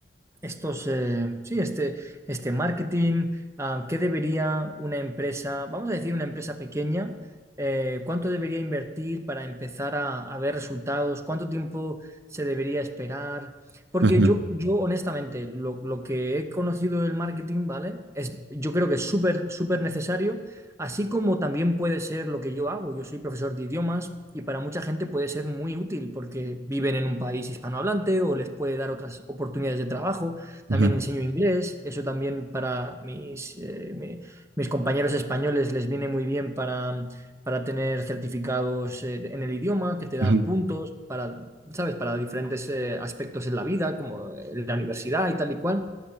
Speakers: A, on the right (about 15°); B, on the right (about 70°).
A: estos, eh, sí, este, este marketing? Ah, ¿qué debería una empresa, vamos a decir una empresa pequeña, eh, cuánto debería invertir para empezar a, a ver resultados? ¿Cuánto tiempo se debería esperar? Porque
B: Ujú,
A: yo, yo honestamente, lo, lo que he conocido del marketing, ¿vale? Es, yo creo que es súper, súper necesario Así como también puede ser lo que yo hago. Yo soy profesor de idiomas y para mucha gente puede ser muy útil porque viven en un país hispanohablante o les puede dar otras oportunidades de trabajo.
B: ujú,
A: También enseño inglés. Eso también para mis, eh, mi- mis compañeros españoles les viene muy bien para, para tener certificados eh, en el idioma que te dan
B: ujú.
A: puntos para, ¿sabes? Para diferentes eh, aspectos en la vida, como eh, la universidad y tal y cual.